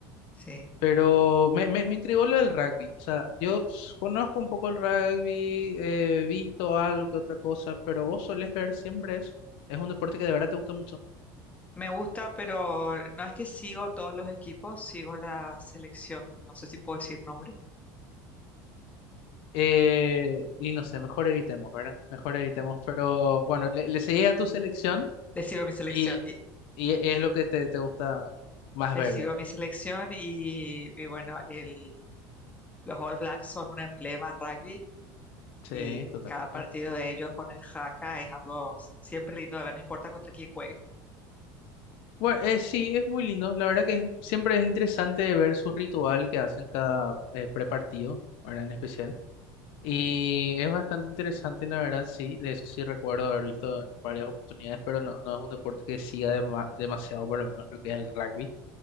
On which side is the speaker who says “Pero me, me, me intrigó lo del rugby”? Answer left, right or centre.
Left